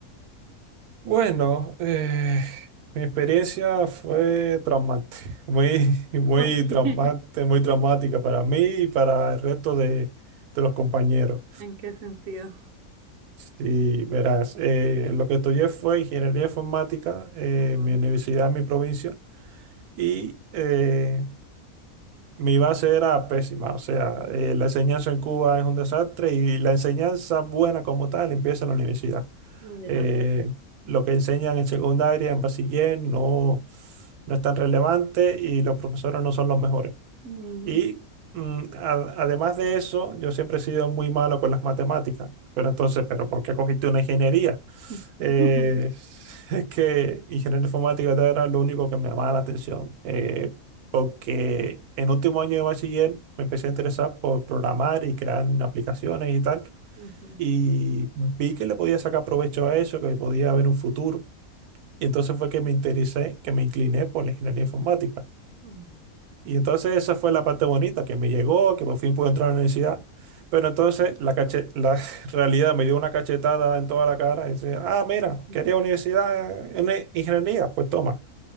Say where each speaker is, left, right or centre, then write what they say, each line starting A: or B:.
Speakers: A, on the right (about 85°); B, on the right (about 70°).
A: Bueno, eh, mi experiencia fue traumante, <laughs> muy, muy
B: ¿Por qué?
A: traumante, muy traumática para mí y para el resto de, de los compañeros.
B: <laughs> ¿En qué sentido?
A: Sí, verás, eh, lo que estudié fue ingeniería informática eh,
B: Ajá,
A: en mi universidad, en mi provincia, y eh, Mi base era pésima, o sea, eh, la enseñanza en Cuba es un desastre y la enseñanza buena como tal empieza en la universidad.
B: Ya.
A: Eh, lo que enseñan en secundaria, en bachiller, no, no es tan relevante y los profesores no son los mejores.
B: Mm.
A: Y mm, a- además de eso, yo siempre he sido muy malo con las matemáticas. Pero entonces, ¿pero por qué cogiste una ingeniería?
B: <laughs>
A: Eh, <laughs> es que ingeniería informática era lo único que me llamaba la atención. Eh, porque en último año de bachiller me empecé a interesar por programar y crear aplicaciones y tal.
B: Ujú,
A: Y vi que le podía sacar provecho a eso, que podía haber un futuro. Y entonces fue que me interesé, que me incliné por la ingeniería informática.
B: ujú,
A: Y entonces esa fue la parte bonita, que me llegó, que por fin pude entrar a la universidad. Pero entonces la, cache- la <laughs> realidad me dio una cachetada en toda la cara y decía, ah,
B: ujú.
A: mira, quería universidad en ingeniería, pues toma